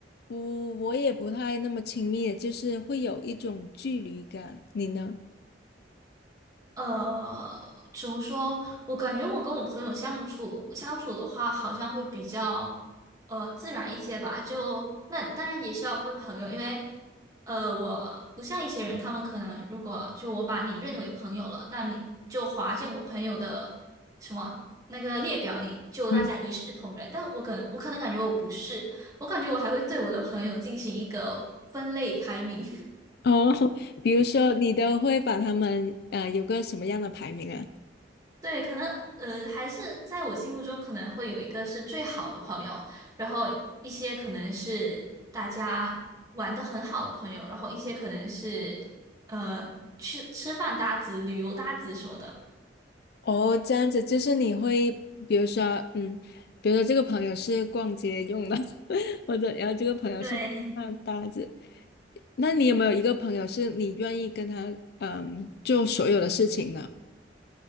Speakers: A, on the left (about 60°); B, on the right (about 20°).
A: 不，我也不太那么亲密的，就是会有一种距离感。你呢？
B: 呃，怎么说？我感觉我跟我朋友相处相处的话，好像会比较呃自然一些吧。就那当然也是要分朋友，因为呃，我不像一些人，他们可能如果就我把你认为朋友了，那你就划进我朋友的什么那个列表里，就大家一视同仁。
A: 嗯，
B: 但我可能我可能感觉我不是，我感觉我还会对我的朋友进行一个分类排名。
A: 哦，<laughs> 比如说你都会把他们呃有个什么样的排名啊？
B: 对，可能呃，还是在我心目中可能会有一个是最好的朋友，然后一些可能是大家玩的很好的朋友，然后一些可能是呃吃吃饭搭子、旅游搭子什么的。
A: 哦，这样子就是你会，比如说，嗯，比如说这个朋友是逛街用的，<laughs> 或者然后这个朋友是吃饭搭子。
B: 对，
A: 那你有没有一个朋友是你愿意跟他嗯做所有的事情的？